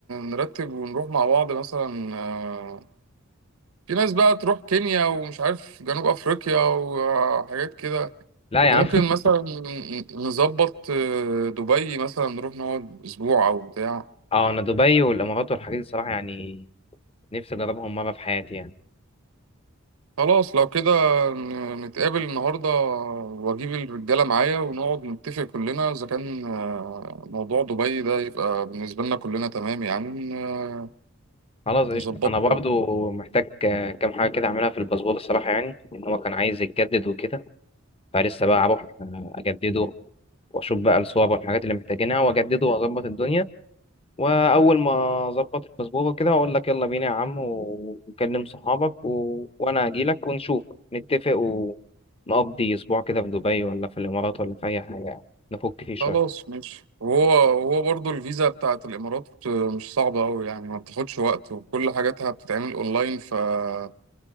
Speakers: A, on the right (about 85°); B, on the left (about 25°).
A: نرتب ونروح مع بعض مثلا آه، في ناس بقى تروح كينيا ومش عارف جنوب افريقيا وحاجات كده
B: لا يا
A: وممكن
B: عم <laughs>
A: مثلا نظبط آه، دبي مثلا نروح نقعد اسبوع او بتاع
B: اه انا دبي والامارات والحاجات دي الصراحه يعني نفسي اجربهم مره في حياتي يعني
A: خلاص لو كده ن- نتقابل النهارده واجيب الرجاله معايا ونقعد نتفق كلنا اذا كان آه، موضوع دبي ده يبقى بالنسبه لنا كلنا تمام يعني آه،
B: خلاص قشطه
A: نظبطه
B: انا برضو محتاج آه، كام حاجه كده اعملها في الباسبور الصراحه يعني ان هو كان عايز يتجدد وكده فلسه بقى اروح آه، اجدده واشوف بقى الصور والحاجات اللي محتاجينها واجدده واظبط الدنيا واول ما اظبط الباسبور وكده هقول لك يلا بينا يا عم و- وكلم صحابك و... وانا هجي لك ونشوف نتفق ونقضي اسبوع كده في دبي ولا في الامارات ولا في اي حاجه يعني نفك فيه شويه
A: خلاص ماشي وهو وهو برضو الفيزا بتاعت الإمارات مش صعبة أوي يعني ما بتاخدش وقت وكل حاجاتها بتتعمل أونلاين فالدنيا